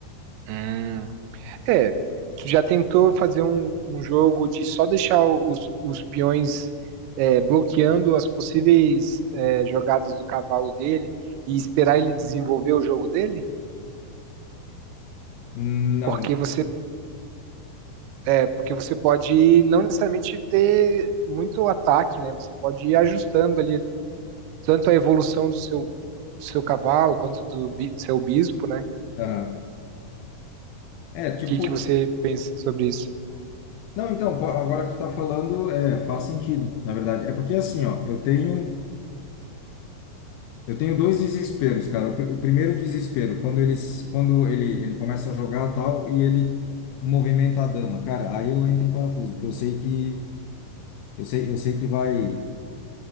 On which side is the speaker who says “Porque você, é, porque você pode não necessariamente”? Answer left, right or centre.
Right